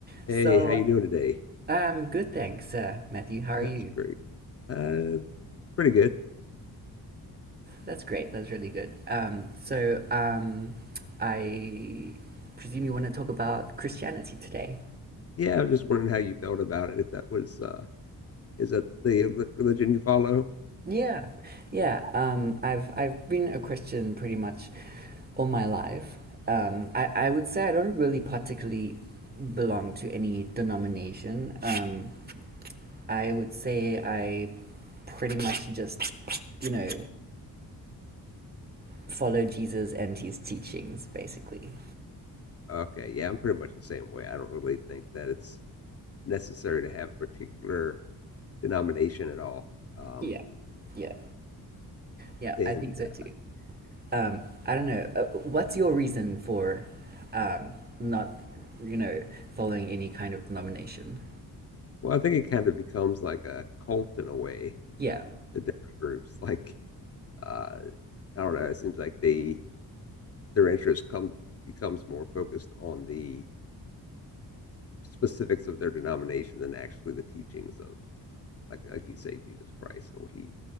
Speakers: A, on the left; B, on the right.
A: Hey,
B: So,
A: how you doing today?
B: um, good, thanks, uh, Matthew. How are
A: That's
B: you?
A: great. Uh, pretty good.
B: That's great. That's really good. Um, so, um, I presume you want to talk about Christianity today.
A: Yeah, I was just wondering how you felt about it, if that was uh is that the rel- religion you follow?
B: Yeah, yeah. Um, I've I've been a Christian pretty much all my life. Um, I I would say I don't really particularly belong to any denomination. Um, I would say I pretty much just, you know, follow Jesus and his teachings, basically.
A: Okay, yeah, I'm pretty much the same way. I don't really think that it's necessary to have a particular denomination at all. Um,
B: Yeah, yeah. Yeah,
A: and
B: I think so
A: uh,
B: too. Um, I don't know. Uh, what's your reason for um, not, you know, following any kind of denomination?
A: well, I think it kind of becomes like a cult in a way,
B: Yeah,
A: the different groups. <laughs> Like uh I don't know, it seems like they their interest comes becomes more focused on the specifics of their denomination than actually the teachings of, like, like you say, Jesus Christ and what he